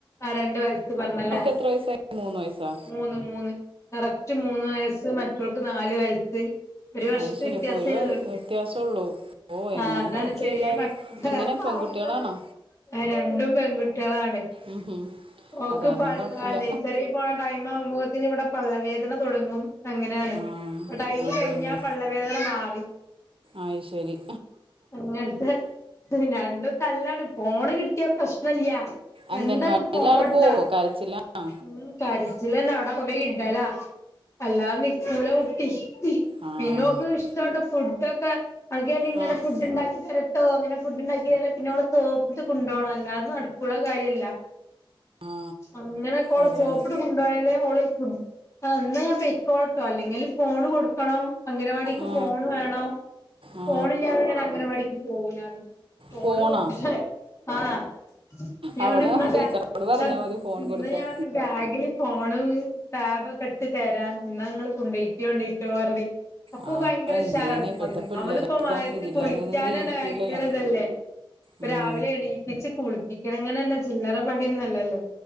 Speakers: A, on the left (about 35°); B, on the right (about 80°).
A: ആ രണ്ട് വയസ്സ് പറഞ്ഞലേ.
B: എത്ര വയസ്സായി മൂന്ന് വയസ്സാ
A: മൂന്ന് മൂന്ന് കറക്റ്റ് മൂന്ന് വയസ്സ് മറ്റൾക്ക് നാല് വയസ്സ് ഒര് വർഷത്തെ
B: ആയി ശരി
A: വ്യത്യാസേള്ളു
B: അപ്പോൾ ഒരു വയ- വ്യത്യാസമുള്ളൂ ഓ
A: ആ
B: എങ്ങനെ
A: താണ്
B: നോക്കി
A: ചെറിയ
B: എല്ലാവരും
A: മക് ട്ടെ
B: എങ്ങനെ പെൺകുട്ടികളാണോ
A: രണ്ടും പെൺകു ട്ട്യളാണ്.
B: ഉം ഹും.
A: ഓക്ക്പ്പള്ളാ
B: അത് കാരണം കുഴപ്പമില്ല
A: നെയ്സറി പോണ ടൈം ആവ്മ്പോത്തിന് ഇവടെ പള്ള വേദന തൊടങ്ങും അങ്ങനെണ്
B: ആ
A: പ ടയിമ്
B: അതെ
A: കഴിഞ്ഞാ
B: അതെ
A: പള്ളവേദന മാറി...
B: ആയി ശരി
A: <unintelligible> ഹ് ഹ് രണ്ടും തല്ലാണ് ഫോണ് കിട്ടിയ പ്രശ്നല്ല
B: അംഗൻവാടിയിലാള്
A: എന്താക്ക് ഫോൺണ്ടാ
B: പോവോ കരച്ചിലാണോ?
A: ഉം കരച്ചിലന്നാ അവ്ടെ കൊണ്ടയി ഇടലാ അല്ലാതെ നിക്കൂല കുട്ടി
B: ആ
A: പിന്നെ ഓക്ക് ഇഷ്ടോട്ടെ ഫുഡ് ഒക്കെ അനക്ക് ഞാ ഇഞ് ഇങ്ങനെ
B: ആ
A: ഫുഡ് ഉണ്ടാക്കി തര തോന്ന്ണ ഫുഡ്ണ്ടാക്കി തരാ പിന്നെ ഓളെ സോപ്പിട്ട് കൊണ്ടോണം അള്ളാദേ നടപ്പ്ള്ള കാര്യല്ല
B: ആ,
A: അങ്ങനെക്കൊളെ
B: അതെ
A: സോപ്പിട്ട്
B: അതെ
A: കൊണ്ടോയാലേ ഓള് ഫു എന്നാ ഞാൻ പൈക്കോളട്ടോ അല്ലെങ്കിൽ ഫോണ് കൊടുക്കണം അംഗനവാടിക്ക്
B: ആ
A: ഫോണ് വേണം
B: ആ
A: ഫോണില്ലാതെ ഞാൻ അംഗനവാടിക്ക് പോവൂ ലാന്ന് ഫോണ്
B: ഫോണാ
A: കൊടുത്തിട്ട ആഹ് ഞൻ
B: അവിടെ
A: ഇന്ന് <unintelligible>
B: ടീച്ചറോട് പറഞ്ഞാൽ മതി ഫോൺ
A: ഇന്ന്
B: കൊടുക്കാൻ
A: ഞൻ ബാഗ്ല് ഫോണും ടാബൊക്കെ ഇട്ട് തരാ ഇന്നാ ങ്ങള് കൊണ്ടയ്‌ക്കോണ്ടിട്ടൊ പറി അപ്പൊ
B: ആ
A: ഭയങ്കര ഉഷാറാണ്
B: എന്ത് ചെയ്യാനാ ഇപ്പോഴത്തെ പിള്ളേരൊക്കെ
A: നമ്മളിപ്പം മയത്ത്
B: ഇതില്ലാതെ
A: കുളിക്കാനന്നെ
B: ഒന്നും ജീവിക്കൂലല്ലോ
A: ഭയങ്കര ഇതല്ലേ പ്പ
B: ഉം,
A: രാവിലെണീ ച്ച് കുളിപ്പിക്കണങ്കിലന്നെ ചില്ലറ പണിയൊന്നല്ലല്ലോ